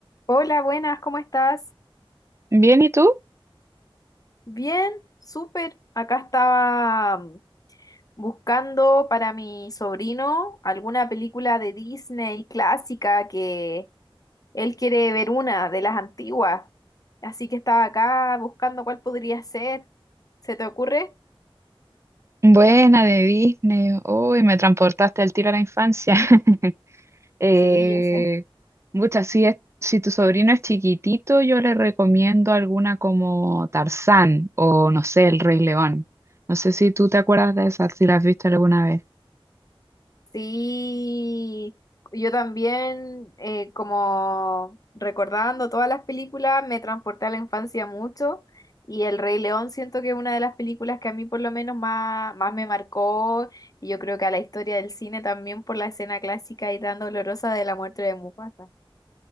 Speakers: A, on the left; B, on the right.
A: Hola, buenas, ¿cómo estás?
B: Bien, ¿y tú?
A: Bien, súper. Acá estaba mm, buscando para mi sobrino alguna película de Disney clásica que él quiere ver una de las antiguas. Así que estaba acá buscando cuál podría ser. ¿Se te ocurre?
B: Buena de Disney. Uy, me transportaste al tiro a la infancia. <laughs> Eh,
A: Sí, yo sé.
B: mucha, si, es- si tu sobrino es chiquitito, yo le recomiendo alguna como Tarzán o no sé, El Rey León. No sé si tú te acuerdas de esa, si la has visto alguna vez.
A: Sí, yo también, eh, como recordando todas las películas, me transporté a la infancia mucho y El Rey León siento que es una de las películas que a mí por lo menos más, más me marcó y yo creo que a la historia del cine también por la escena clásica y tan dolorosa de la muerte de Mufasa.